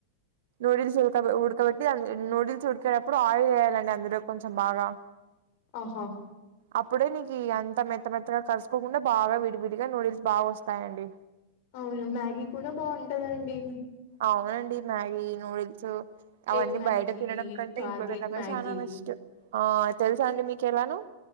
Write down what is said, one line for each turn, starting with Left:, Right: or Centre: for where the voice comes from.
Right: నూడిల్స్ ఉడక ఉడకబట్టి నూడిల్స్ ఉడికేటప్పుడు ఆయిల్ వేయాలండి అందులో కొంచెం బాగా,
Left: ఆహా
Right: అప్పుడే నీకు అంత మెత్త మెత్తగా కలుసుకోకుండా బాగా విడివిడిగా నూడిల్స్ బాగా వస్తాయండి,
Left: అవునా మ్యాగీ కూడా బాగుంటదండి.
Right: అవునండి మ్యాగీ, నూడిల్స్ అవన్నీ
Left: ఎగ్ మ్యాగీ
Right: బయట తినడం కంటే
Left: గార్లిక్
Right: ఇంట్లో తిినడమే
Left: మ్యాగీ
Right: చాలా బెస్ట్, ఆ తెలుసా అండి మీకు ఎలానో